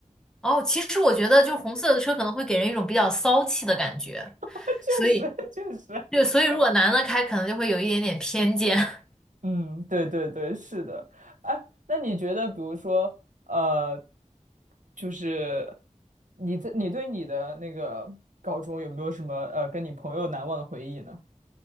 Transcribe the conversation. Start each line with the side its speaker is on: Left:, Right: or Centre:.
Centre: 哦，其实我觉得就是红色的车可能会给人一种比较骚气的感觉，
Right: <laughs> 确实确实。
Centre: 所以就所以如果男的开，可能就会有一点点偏见。<laughs>
Right: 嗯，对对对，是的。哎，那你觉得，比如说，呃，就是你在你对你的那个高中有没有什么呃跟你朋友难忘的回忆呢？